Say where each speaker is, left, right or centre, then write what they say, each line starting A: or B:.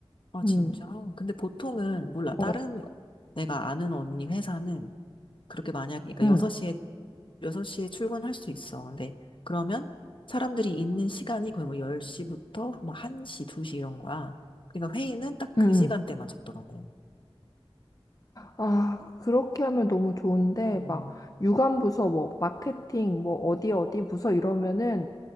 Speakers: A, on the left; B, on the left.
A: 아, 진짜?
B: 음.
A: 근데 보통은, 몰라. 다른
B: 어.
A: 내가 아는 언니 회사는 그렇게 만약에, 그러니까
B: 응.
A: 6시에, 여섯 시에 출근할 수 있어. 근데 그러면 사람들이 있는 시간이 거의 뭐 10시부터 뭐 1시, 2시 이런 거야. 그러니까 회의는 딱 그
B: 응.
A: 시간대만 잡더라고.
B: 아, 그렇게 하면 너무 좋은데,
A: 음,
B: 막, 유관 부서, 뭐, 마케팅, 뭐, 어디, 어디 부서 이러면은,